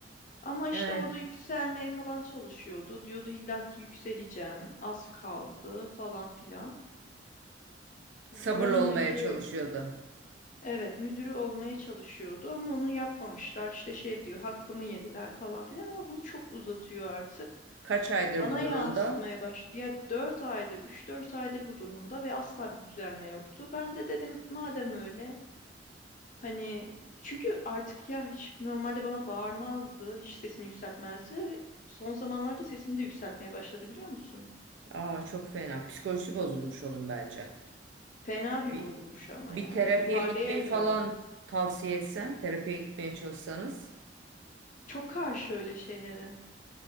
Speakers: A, on the left; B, on the right.
A: Ama işte
B: evet.
A: orada yükselmeye falan çalışıyordu. Diyordu illa ki yükseleceğim, az kaldı falan filan. Yani
B: Sabırlı
A: oranın
B: olmaya
A: müdürü,
B: çalışıyordu.
A: evet müdürü olmaya çalışıyordu ama onu yapmamışlar. İşte şey diyor hakkımı yediler falan filan ama bunu çok uzatıyor artık.
B: Kaç aydır
A: Bana
B: bu durumda?
A: yansıtmaya başladı. Ya 4 aydır, üç dört aydır bu durumda ve asla bir düzelme yoktu. Ben de dedim madem öyle Hani çünkü artık ya hiç normalde bana bağırmazdı, hiç sesini yükseltmezdi. Son zamanlarda sesini de yükseltmeye başladı biliyor musun?
B: Aa çok fena. Psikolojisi bozulmuş onun bence.
A: Fena bir
B: Bir,
A: bozulmuş ama
B: bir
A: yani
B: terapiye
A: toparlayamıyorum.
B: gitmeyi falan tavsiye etsen, terapiye gitmeye çalışsanız
A: Çok karşı öyle şeylere.